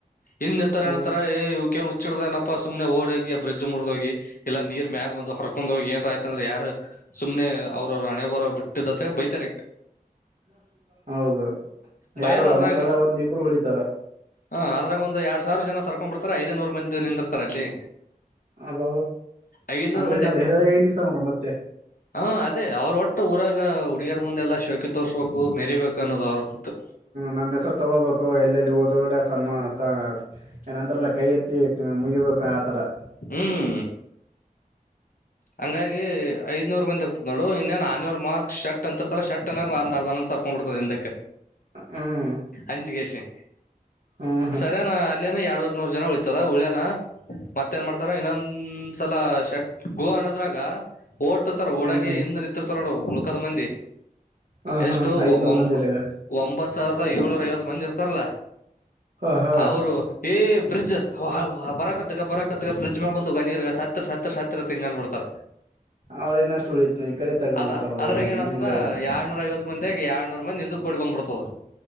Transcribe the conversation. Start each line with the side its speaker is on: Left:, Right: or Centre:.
Left: ಹಿಂದ ನಿತ್ತಾವರ
Right: ಹ್ಮ್
Left: ಎನ ಅಂತ್ತಾರ್ ಹುಚ್ಚಹಿಡದನಪ್ಪ ಸುಮನೆ ಓಡ ಹೋಗಿ ಬ್ರಿಜ್ ಮುರಿದ ಹೋಗಿ ಇಲ್ಲ ನೀರ್ ಮ್ಯಾಗ ಬಂದ್ ಹರರ್ಕೊಂಡ್ ಹೋಗಿ ಏಂತ ಆಯ್ತ ಅಂದ್ರ ಯಾರ ಸುಮ್ನೆ ಅವ್ರವರು ಹಣೆ ಬರ ಬಿಟ್ಟದತ್ತ ಬೈತಾರೆ ಈಗ
Right: ಹ ಹೌದು
Left: ಭಯನ್
Right: ಯಾರು
Left: ಅದ್ರಾಗ
Right: ಮತ್ತ ಒಂದಿಬ್ರು ಉಳಿತಾರ
Left: ಹ ಅದರಾಗ ಒಂದು ಎರಡ್ ಸಾವಿರ ಜನ ಸರ್ಕೊಂಡ್ ಬಿಡ್ತಾರೆ ಐದನೂರು ಮಂದಿ ನಿಂದಿರ್ತಾರ ಅಲ್ಲಿ
Right: ಆಬಬ
Left: ಐದನೂರ್
Right: ಅಂದ್ರೆ ಇನ್ನ ಧೈರ್ಯಾಗ ನಿಂತಾರ್ ನೋಡ ಮತ್ತೆ
Left: ಹಾ ಅದೇ ಅವ್ರು ಒಟ್ಟ ಊರಾಗ ಹುಡುಗಿಯರ ಮುಂದಎಲ್ಲಾ ಶೋಕಿ ತೋರ್ಸ್ಬೇಕು ಕೂ ಮೆರಿಬೇಕನ್ನೋದು ಅವರದೀತ್ತು
Right: ನಮ್ಮ ಹೆಸ್ರು ತಗೋಬೇಕು ಎಲ್ಲೆಲ್ಲಿ ಹೋದ ಕಡೆ ಸನ್ಮಾ ಸ ಏನಂತ ಎಲ್ಲ ಕೈ ಎತ್ತಿ ಮುಗಿಬೇಕ ಆತರಾ
Left: ಹ್ಮ್ ಹಂಗಾಗಿ ಐದನೂರ್ ಮಂದಿ ಇರ್ತತ್ ನೋಡು ಇನ್ನೇನ್ ಆನ ಇವರ್ ಮಾರ್ಕ್ ಶರ್ಟ್ ಅಂತಿರ್ತಾರ ಶರ್ಟ್ ಅನಗ್ ಅರ್ಧ ಮಂದಿ ಸರಕೊಂಡ ಬಿಡ್ತರ್ ಹಿಂದಕ್
Right: ಹ್ಮ್
Left: ಅಂಜಿ ಕೆಸಿ
Right: ಹ್ಮ್ ಹ್ಮ್
Left: ಸರಿನಾ ಅಲ್ಲಿೇನ ಎರಡೂವರಿ ನೂರು ಜನ ಉಳಿತ್ ತದ ಉಳ್ಯನ ಮತ್ತೇನ್ ಮಾಡ್ತಾರ ಇನ್ನೊಂದ್ಸಲ ಶಟ್ ಗೋ ಅನ್ನೋದ್ರಾಗ ಓಡ್ತಿರ್ತಾರ ಓಡಗೆ
Right: ಹ್ಮ್
Left: ಹಿಂದ್ ನಿಂತಿರ್ತಾರ ನೋಡ ಉಳ್ಕದ ಮಂದಿ
Right: ಹ
Left: ಎಷ್ಟು
Right: ಹಾ ಐದ್ನೂರ್
Left: ಒ
Right: ಮಂದಿದಾಗ
Left: ಒಂಬತ್ತು ಸಾವಿರದ ಏಳ್ನೂರ ಐವತ್ತು ಮಂದಿ ಇರ್ತಾರಲ್ಲ
Right: ಹ ಹಾ
Left: ಅವರು ಏ ಬ್ರಿಜ್ ವಾ ವಾ ಬರಕತ್ತಗ ಬರಕತ್ತ ಬ್ರಿಜ್ ಮ್ಯಾಗ ಬಂದದ ನೀರ್ ಸತ್ರ ಸತ್ರ ಹಿಂಗ ಅಂದ್ ಬಿಡ್ತಾರ
Right: ಅವ್ರ ಇನ್ನಷ್ಟು ಉಳಿತನ ಈ ಕಡೆ ತಗದ್
Left: ಅದ
Right: ಬಿಡ್ತಾರ ಅವ್ರ
Left: ಅದ್ರಾಗ
Right: ಇನ್ನ
Left: ಏನ
Right: ಇನ್ನ
Left: ಆ್ತದ
Right: ಹಿಂದ ಹೇಳಕಂತ
Left: ಎರ್ನೂರ ಐವತ್ತು ಮಂದಿ ಹಗ ಎರಡ್ನೂರ ಮಂದಿ ಹಿಂದ ಕೊಡಿ ಬಂದ್ ಬಿಡ್ತದ